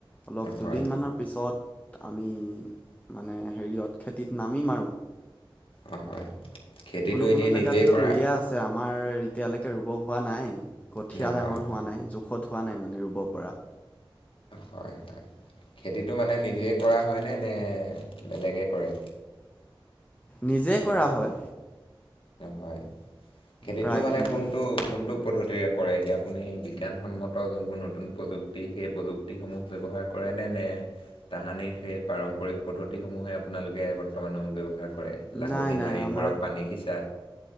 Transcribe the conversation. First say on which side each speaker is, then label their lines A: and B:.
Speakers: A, on the left; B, on the left.
A: অলপ
B: হয়
A: দুদিনমানৰ পিছত আমি মানে হেৰিয়ত খেতিত নামি মাৰোঁ।
B: অ হয় খেতিটো
A: কোনো
B: এনেই
A: কোনো জেগাততো
B: নিজেই কৰা
A: ৰুইয়ে আছে। আমাৰ এতিয়ালৈকে ৰুব হোৱা নাই। কঠীয়া
B: হয়
A: ডাঙৰ
B: হয়
A: হোৱা নাই জোখত হোৱা নাই মান ৰুব পৰা।
B: হয় হয় খেতিটো মানে নিজে কৰা হয়নে নে বেলেগে কৰে।
A: নিজেই কৰা হয়।
B: হয় খেতিটো
A: প্ৰায়খিনি
B: মানে কোনটো কোনটো। পদ্ধতিৰে কৰে। এতিয়া আপুনি বিজ্ঞানসন্মত যোনবোৰ নতুন প্ৰযুক্তি সেই প্ৰযুক্তিসমূহ ব্যৱহাৰ কৰে। তাহানি সেই পাৰম্পৰিক পদ্ধতিসমহে আপোনালোকে বৰ্তমানো ব্যৱহাৰ। পৰে লাহতি
A: নাই নাই
B: মাৰি
A: আমাৰ
B: ধৰক পানী সিচা